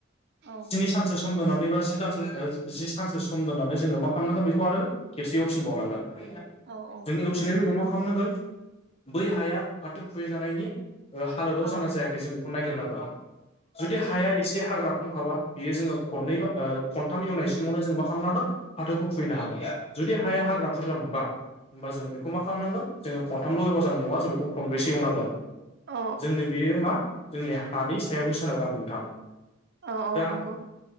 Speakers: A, on the right; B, on the left.
A: औ
B: दिनै सानसे सम दोननानै बा जि दानसो ओ जि सानसो सम दोननानै जोङो मा खालामनांगोन बेखौ आरो खेबसे एवफिन बावनांगोन।
A: औ औ
B: जों एवफिननायनि उनाव मा खालामनांगोन बै हाया फाथो खुबैजानायनि ओ हालोदाव
A: औ
B: जाना जायाखै जों बेखौ नायग्रोनांगोन। जुदि हाया एसे हाग्रा खमखाबा यो जोङो खननै बा ओ खनथाम एवनायसिमावनो जोङो मा खालामनांगोन फाथोखौ खुैबैनो हागौ। जुदि हाया हाग्रा बुरजा मोनबा होमबा जोङो बेखौ मा खालामनांगोन जोङो खथाम' एवब जानाय नङा जों बेखौ खनब्रैसो एवनांगोन।
A: औ
B: जोंनो बेयो मा जोंनि हानि सायावसो सोनारो आरो नोंथां।
A: औ औ
B: दा
A: नंगौ।